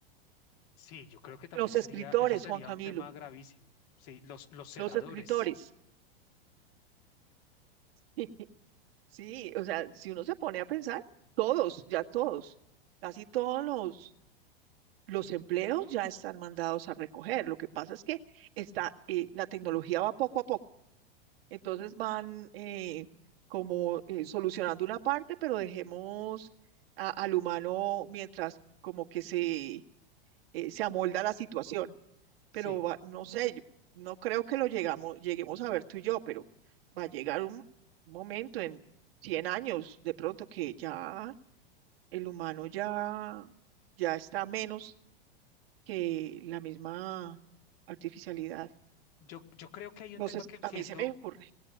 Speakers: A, on the left; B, on the right.
A: Sí, yo creo que también
B: Los
A: sería,
B: escritores,
A: eso sería
B: Juan Camilo,
A: un tema gravísimo. Sí, los, los celadores.
B: los escritores. <laughs> Sí, o sea, si uno se pone a pensar, todos, ya todos, casi todos los, los empleos ya están mandados a recoger. Lo que pasa es que está, eh, la tecnología va poco a poco. Entonces van eh, como eh, solucionando una parte, pero dejemos a- al humano mientras como que se, eh, se amolda la situación pero
A: Sí,
B: va- no sé, yo no creo que lo llegamos, lleguemos a ver tú y yo, pero va a llegar un momento en 100 años de pronto que ya el humano ya, ya está menos que la misma artificialidad.
A: yo, yo creo que hay un
B: Entonces,
A: tema que siento,
B: a mí se me ocurre.